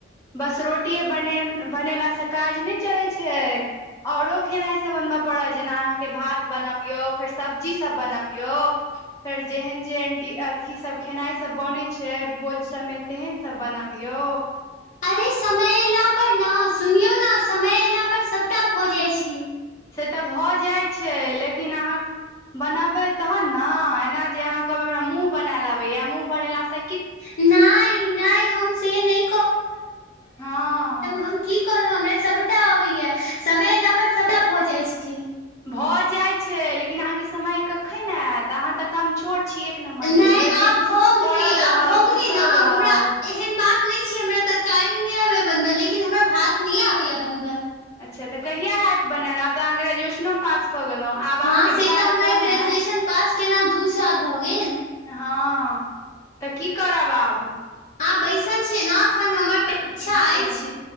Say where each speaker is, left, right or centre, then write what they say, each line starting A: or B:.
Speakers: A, on the left; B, on the left.
A: बस रोटिए बन बनेलासँ काज नहि चलै छै औरो खेनाइसभ बनबय पड़त जेना अहाँके भात बनबियौ फेर सब्जी सभ बनबियौ फेर जेहन जेहन एंटी अथी सब खेनाई सब बन छै भोज सब में तेहन सभ बनबियौ
B: अरे समय अयला पर ने सुनयो ने समय अयला पर सभटा भऽ जाइत छी
A: से तऽ भऽ जाइ छै लेकिन अहाँ बनबे तहन ने एना जे अहाँ कहबै हमरा मुँह बनायल अबेया मुँह बनेला से
B: नहि नहि हम से नय
A: हँ
B: हम की कहलहुँ हमरा सभटा अबैया समय एयला पर सभटा भऽ जाइ छै
A: भऽ जाइत छै लेकिन अहाँके समय कखन आयत अहाँ तऽ कमचोर छी एक नम्बर
B: नहि
A: के भरि
B: आब
A: दिन
B: भऽ गेलै
A: पड़ल रहब
B: आब भऽ गेलै
A: सुतल
B: ने
A: रहब
B: हमरा एहन बात नहि छै हमरा तरकारी नहि आबैएा बनबल लेकिन हमरा भात नहि आबैएा बनबल
A: अच्छा तऽ कहिया हयैत बनयल आब तऽ अहाँ ग्रेजुएशनो पास कऽ गेलहुँ आब
B: हँ
A: अहाँके
B: से
A: बिआाह
B: तऽ
A: हयैत
B: हमरा
A: तहन
B: ग्रेजुएशन
A: हैत
B: पास केना दु साल भऽ गेल
A: हँ तऽ की करब आब
B: आब बैसल छियै ने एखन हमर परीक्षा
A: अच्छा
B: अछि